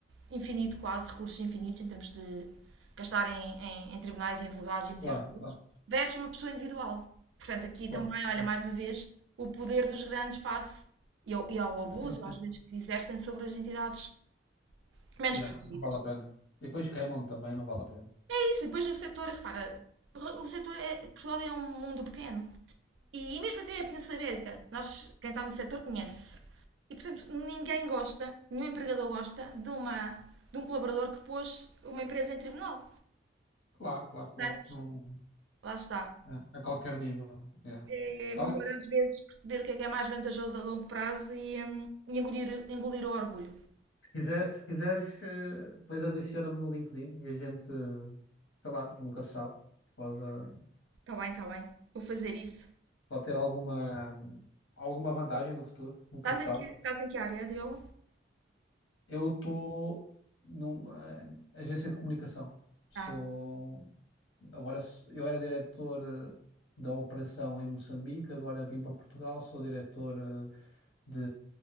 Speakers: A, on the right; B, on the left.
A: infinito, quase, recursos infinitos em termos de gastar em, em- em tribunais e em advogados e meter
B: Claro,
A: recursos,
B: claro,
A: versus uma pessoa individual. Portanto, aqui
B: claro,
A: também, olha,
B: claro.
A: mais uma vez, o poder dos grandes face e ao, e ao abuso,
B: Sim, sim.
A: às vezes, que se exercem sobre as entidades menos
B: Yeah,
A: protegidas.
B: não vale a pena. E depois queimam também, não vale a pena.
A: É isso, depois o setor, repara, o setor é. Portugal é um mundo pequeno. E, mesmo até a Península Ibérica, nós, quem está no setor conhece. E portanto, ninguém gosta, nenhum empregador gosta de, uma, de um colaborador que pôs uma empresa em tribunal.
B: Claro, claro, claro.
A: Portanto,
B: Não,
A: lá está.
B: é, a qualquer nível. É.
A: É
B: Olha,
A: melhor
B: se
A: às vezes perceber o que é que é mais vantajoso a longo prazo e, hum, e engolir, engolir o orgulho.
B: quiser, se quiseres, eh, depois adiciona-me no LinkedIn e a gente, eh, sei lá, nunca se sabe. Pode, eh,
A: Está bem, está bem. Vou fazer isso.
B: pode ter alguma, alguma vantagem no futuro, nunca
A: Estás
B: se
A: em
B: sabe.
A: que, estás em que área, Diogo?
B: Eu estou numa agência de comunicação. Sou
A: Ah,
B: agora s- eu era diretor eh, da operação em Moçambique, agora vim para Portugal, sou diretor eh, de,